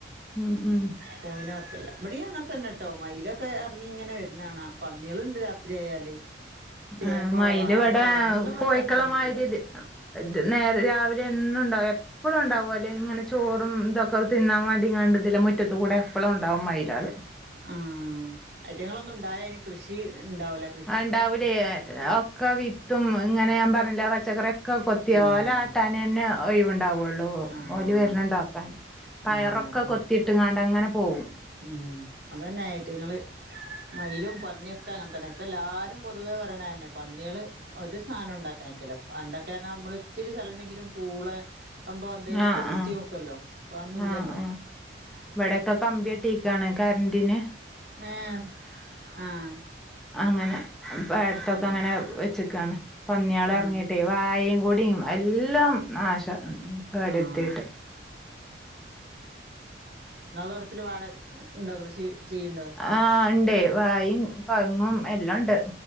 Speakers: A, in the centre; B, on the right.
A: ഉം ഉം
B: കൊഴിന വക്കല്ല ബടിയും അങ്ങന തന്നെട്ടോ മയിലൊക്കെ ഇറങ്ങി ഇങ്ങനെ വരുന്നാണാ പന്നികളുണ്ട് രാത്രി ആയാല് ചേമ്പോ
A: അഹ് മയിൽ
B: വാഴയോ
A: ഇവിടെ
B: ഒന്നും
A: കോഴിക്കളമാരിത്
B: വെക്കാൻ സമ്മതിക്കൂല
A: ഇത് നേരെ രാവിലെ എന്നും ഉണ്ടാ എപ്പോളും ഉണ്ടാവും അല്ലേ ഇങ്ങനെ ചോറും ഇതൊക്കെ തിന്നാൻ വേണ്ടിങ്ങാണ്ട ഇതിലെ മുറ്റത്ത് കൂടെ എപ്പോളും ണ്ടാവും മയ്ലാള്
B: ആഹ് അയ്റ്റങ്ങളൊന്നും ണ്ടായഅയ്ന് കൃഷി ണ്ടാവൂല
A: ആഹ് ണ്ടാവൂലേയ് ഒക്കെ വിത്തും ഇങ്ങനെ ഞാൻ പറഞ്ഞ്ലെ ആ പച്ചക്കറി ഒക്കെ കൊത്തി
B: ആഹ്
A: ഓല ട്ടാനെന്നെ ഒഴിവുണ്ടാവുള്ളൂ
B: ആഹ്
A: ഓല് വരുന്നുണ്ടോക്കാൻ പയറൊക്കെ
B: ആഹ് അതന്നെ
A: കൊത്തി ട്ട്ങ്ങാണ്ടങ്ങനെ പോവും
B: ഉം അതന്നെ അയ്റ്റങ്ങള് മയിലും പന്നിയൊക്കെ അങ്ങനെ തന്നെ ഇപ്പല്ലാരും പൊതുവേ പറിണേന്നെ പന്നിയേള് ഒരു സാനോംണ്ടാക്കാൻ അയക്കൂ ല പണ്ടൊക്കൊന്നർഞ നമ്മള് ഇത്തിരി സ്ഥലം ഉണ്ടെങ്കിലും പൂളെ കമ്പോ എന്തേലൊക്കെ
A: ആ
B: കുത്തി
A: ആ
B: നോക്കല്ലോ ഇപ്പൊന്നും ഇല്ലല്ലോ
A: ആ ആ ഇവിടെക്കെ കമ്പിയട്ടീക്കാണ് കര്ന്റിന്
B: ഏഹ് ആഹ്
A: അങ്ങനെ പ്പ അട്ത്തൊക്കെ
B: ആഹ്
A: അങ്ങനെ വെച്ചിക്കാണ് പന്നിയാള്
B: ആഹ്
A: എർങ്ങിട്ടേയ് വായേം കൂടി എല്ലാം നാശ- കെടേർത്തീട്
B: ആഹ് ഇങ്ങളെ തോട്ടത്തിൽ വാഴ ണ്ടോ കൃഷി ചെയ്യണ്ടോ
A: ആഹ് ഇണ്ടയ് വായിം കഴുങ്ങും എല്ലാം ഇ ണ്ട്